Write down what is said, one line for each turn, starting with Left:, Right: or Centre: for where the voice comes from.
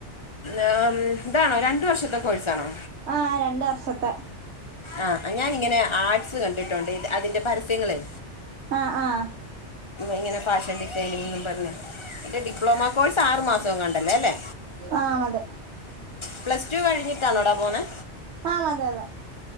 Left: ആം ഇതാണോ രണ്ട് വർഷത്തെ കോഴ്സാണോ
Right: ആഹ് രണ്ട് വർഷത്തെ
Left: ആഹ് ഞാനിങ്ങനെ ആഡ്സ് കണ്ടിട്ടുണ്ട് അതിന്റെ പരസ്യങ്ങളെ
Right: അഹ് ആഹ്
Left: ഇങ്ങനെ ഫാഷൻ ഡിസൈനിങ് എന്നും പറഞ്ഞു മറ്റേ ഡിപ്ലോമ കോഴ്സ് ആറ് മാസവുങ്ങാണ്ടല്ലേ അല്ലേ
Right: ആം അതെ
Left: പ്ലസ് ടു കഴിഞ്ഞിട്ടാണോടാ പോന്നേ
Right: ആഹ് അതെ അതെ